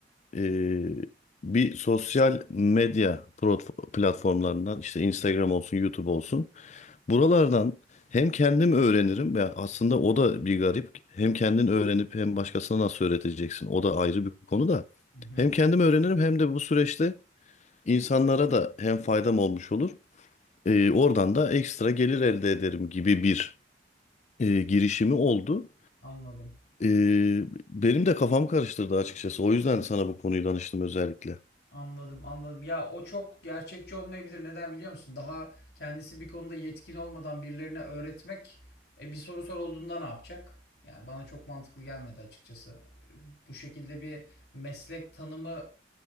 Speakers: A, on the left (about 40°); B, on the left (about 60°).
A: E, bir sosyal medya pro- platformlarından işte Instagram olsun YouTube olsun Buralardan hem kendim öğrenirim ya aslında o da bir garip. Hem kendin öğrenip hem başkasına nasıl öğreteceksin? O da ayrı bir konu da.
B: Hı hı.
A: Hem kendim öğrenirim hem de bu süreçte insanlara da hem faydam olmuş olur. Ee, oradan da ekstra gelir elde ederim gibi bir e, girişimi oldu.
B: Anladım.
A: Ee, benim de kafam karıştırdı açıkçası. O yüzden sana bu konuyu danıştım özellikle.
B: Anladım, anladım. Ya o çok gerçekçi olmayabilir. Neden biliyor musun? Daha kendisi bir konuda yetkin olmadan birilerine öğretmek e, bir soru sorulduğunda ne yapacak? Yani bana çok mantıklı gelmedi açıkçası. E, Bu şekilde bir meslek tanımı